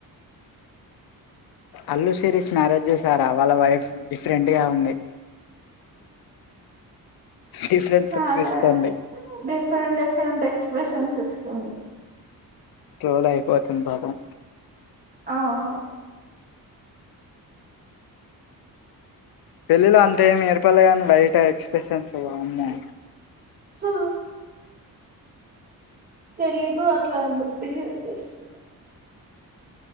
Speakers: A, on the left; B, on the right.
A: అల్లు శిరీస్ మ్యారేజ్ చూసారా వాళ్ళ వైఫ్ డిఫరెంట్ గా ఉంది డిఫరెంట్
B: సరే
A: లుక్స్ ఇస్తుంది
B: డిఫరెంట్ డిఫరెంట్ ఎక్స్ ప్రెషన్స్ ఇస్తుంది
A: ట్రోల్ అయిపోతుంది పాపం
B: అవును
A: పెళ్ళిలో అంత ఏం ఏర్పల్లే కానీ బయట ఎక్స్ప్రెషన్స్ వామ్మో
B: ఫా తెలీదు అట్ల ఎందుకు బిహేవ్ చేస్తుందో